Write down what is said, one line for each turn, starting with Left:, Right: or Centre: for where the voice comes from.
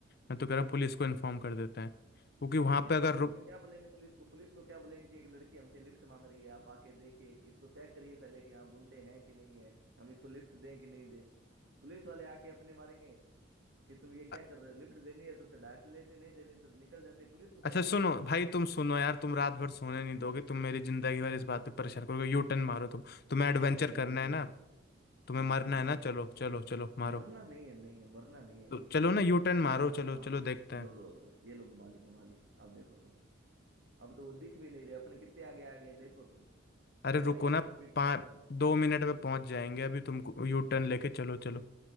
Left: मैं तो कह रहा हूँ पुलिस को इन्फॉर्म कर देते हैं क्योंकि
Right: अब
Left: वहां
Right: पुलिस
Left: पे अगर
Right: को बीच
Left: रुक
Right: में क्या बोलेंगे पुलिस को पुलिस को क्या बोलेंगे कि एक लड़की हमसे लिफ्ट मांग रही है आप आके देखिए कि इसको चेक करिए पहले कि यहाँ गुंडे हैं कि नहीं है हम इसको लिफ्ट दें कि नहीं दें पुलिस वाले आके अपने मारेंगे कि तुम ये क्या
Left: अ-
Right: कर रहे हो लिफ्ट देनी है तो चढ़ा के लेते नहीं देनी तो निकल जाते पुलिस को
Left: अच्छा
Right: क्या
Left: सुनो
Right: बोलेंगे अपन
Left: भाई
Right: तुम
Left: तुम सुनो यार तुम रात भर सोने नहीं दोगे तुम मेरी जिंदगी भर इस बात पे परेशान करोगे यू टर्न मारो तुम तुम्हें एडवेंचर
Right: मारो
Left: करना
Right: बिल्कुल
Left: है ना तुम्हें
Right: बिल्कुल
Left: मरना
Right: बिल्कुल
Left: है ना चलो चलो चलो मारो
Right: मरना नहीं है नहीं है मरना नहीं है भाई
Left: तो चलो ना यू टर्न
Right: ये
Left: मारो
Right: तो अब
Left: चलो
Right: हाँ
Left: चलो देखते हैं
Right: लो लो लो ये लो घुमा ली घुमा ली अब देखो तुम अब तो वो दिख भी नहीं रहे अपन कितने आगे आ गए देखो तुम
Left: अरे
Right: वो गाड़ी
Left: रुको
Right: की
Left: ना
Right: स्पीड
Left: पाँच
Right: कितना है
Left: दो मिनट में पहुंच जाएंगे अभी तुमको यू टर्न लेके चलो चलो